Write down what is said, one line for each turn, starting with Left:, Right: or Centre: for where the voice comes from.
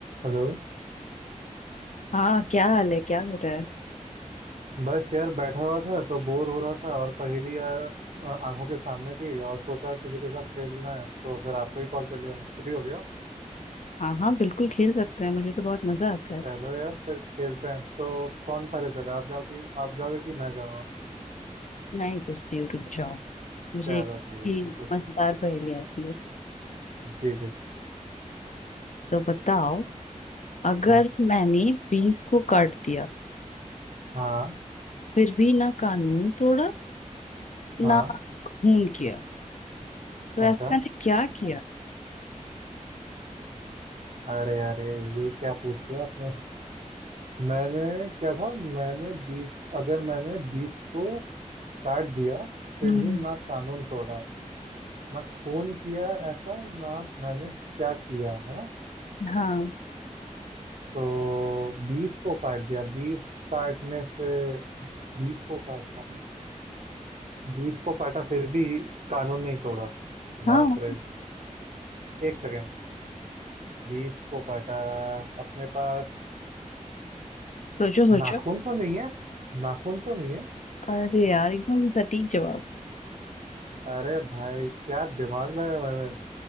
Right: Hello
Left: हाँ क्या हाल है क्या हो रहा है
Right: बस यार बैठा हुआ था तो बोर हो रहा था और पहेलियाँ आ- आंखों के सामने थी और सोचा किसी के साथ खेलना है तो फिर आपको ही कॉल कर लिया फ्री हो गया हो?
Left: हाँ हाँ बिल्कुल खेल सकते हैं मुझे तो बहुत मजा आता है
Right: चलो यार फिर खेलते हैं तो कौन पहले जगह आप जाओ कि आप जाओगे कि मैं जाऊँगा
Left: मैं ही पूछती हूँ रुक जाओ मुझे
Right: चलो
Left: एक
Right: ठीक है
Left: थी
Right: ठीक है पूछिए
Left: मजेदार पहेली आती है
Right: जी जी
Left: तो बताओ अगर
Right: हाँ
Left: मैंने बीस को काट दिया
Right: हाँ
Left: फिर भी ना कानून तोड़ा
Right: हाँ
Left: ना खून किया तो
Right: अच्छा
Left: ऐसा मैंने क्या किया
Right: अरे अरे ये क्या पूछ लिया आपने मैंने क्या था मैंने बीस अगर मैंने बीस को काट दिया फिर
Left: हम्म
Right: भी ना कानून तोड़ा ना खून किया ऐसा ना मैंने क्या किया है ना
Left: हाँ
Right: तो बीस को काट दिया बीस काटने से बीस को काटना बीस को काटा फिर भी कानून नहीं तोड़ा बाप
Left: हाँ
Right: रे एक सेकेंड बीस को काटा अपने पास
Left: सोचो सोचो
Right: नाखून तो नहीं है नाखून तो नहीं है
Left: अरे यार एकदम सटीक जवाब
Right: अरे भाई क्या दिमाग लगाया मैंने